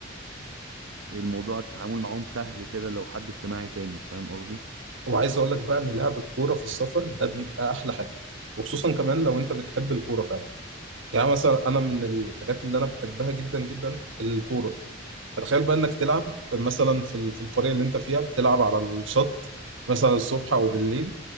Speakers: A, on the right; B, on the right.
A: الموضوع التعامل معاهم سهل كده لو حد اجتماعي تاني فاهم قصدي
B: وعايز اقول لك بقى ان لعب الكوره في السفر ده بيبقى احلى حاجه وخصوصا كمان لو انت بتحب الكوره فعلا يعني مثلا انا من الحاجات اللي انا بحبها جدا جدا الكوره فتخيل بقى انك تلعب مثلا في ال- في القريه اللي انت فيها بتلعب على الشط مثلا الصبح او بالليل